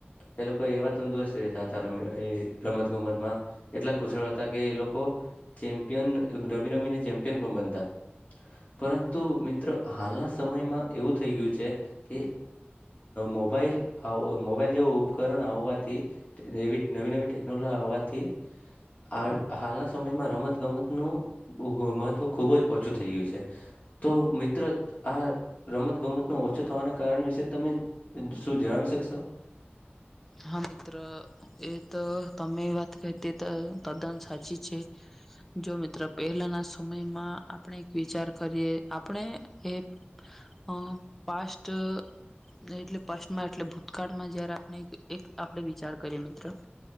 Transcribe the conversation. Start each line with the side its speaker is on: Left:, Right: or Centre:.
Left: એ લોકો એવા તંદુરસ્ત રહેતા હતા રમી એ રમત ગમતમાં એટલે કુશળ હતા કે એ લોકો ચેમ્પિયન રમી રમીને ચેમ્પિયન પણ બનતા પરંતુ મિત્ર હાલના સમયમાં એવું થઈ ગયું છે કે મોબાઈલ મોબાઈલ આવ જેવું ઉપકરણ આવવાથી એવી નવી-નવી ટેકનોલોજી આવવાથી હા હાલના સમયમાં રમત ગમતનું મત મહત્વ તો ખુબ જ ઓછું થઈ ગયું છે. તો મિત્ર આ રમતગમતનો ઓછો થવાના કારણ વિશે તમે શું જણાવી શકશો.
Centre: હા મિત્ર એ તો તમે વાત કરી તે તો તદ્દન સાચી છે જો મિત્ર પહેલાના સમયમાં આપણે એક વિચાર કરીએ આપણે એ અ પાસ્ટ ટ એટલે પાસ્ટમાં એટલે ભૂતકાળમાં જયારે આપણે એક આપણે વિચાર કરીએ મિત્ર.